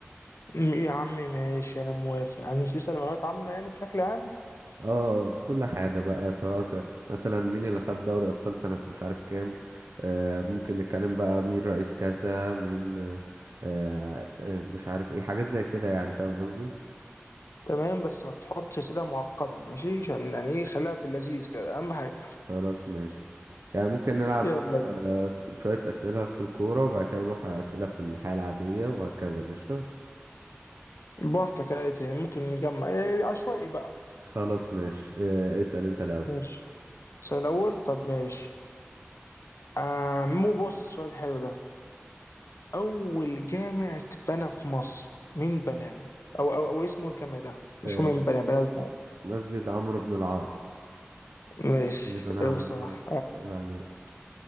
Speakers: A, on the left; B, on the right.
A: م- يا عم ماشي انا موافق هنسال معلومات عامه يعني بشكل عام
B: اه في كل حاجة بقى سواء ك- مثلا مين اللي خد دوري أبطال سنة مش عارف كام آه، ممكن نتكلم بقى مين رئيس كذا مين آه، آه، مش عارف ايه حاجات زي كده يعني فاهم قصدي
A: تمام بس ما تحطش اسئله معقده ماشي عشان يعني ايه خليها في اللذيذ كده اهم حاجه
B: خلاص ماشي يعني ممكن نلعب
A: يلا
B: آه، شوية أسئلة في الكورة وبعد كده نروح على أسئلة في الحياة العادية وهكذا قشطة
A: براحتك عادي يعني ممكن نجمع ايه عشوائي بقى
B: خلاص ماشي آه، اسأل أنت الأول
A: ماشي السؤال الاول طب ماشي آه مو بص السؤال الحلو ده اول جامع اتبنى في مصر مين بناه او او, أو اسمه الجامع ده مش
B: آه،
A: هو مين بناه بناه ده.
B: مسجد عمرو بن العاص
A: ماشي
B: اللي بنى عمرو
A: اه، صح
B: بن العاص عيب عليك